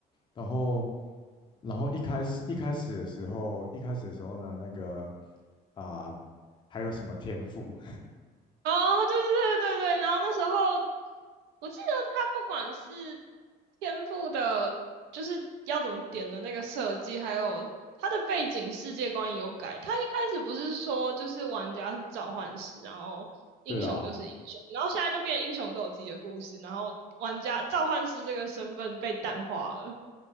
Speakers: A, on the left; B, on the right.
A: 然后然后一开始一开始的时候，一开始的时候呢，那个啊、还有什么天赋？
B: 哦，对对对对对，然后那时候我记得他不管是天赋的，就是要怎么点的那个设计，还有他的背景世界观也有改。他一开始不是说就是玩家是召唤师，然后英雄就是英雄，
A: <laughs> 对啊，
B: 然后现在就变成英雄都有自己的故事，然后玩家召唤师这个身份被淡化了，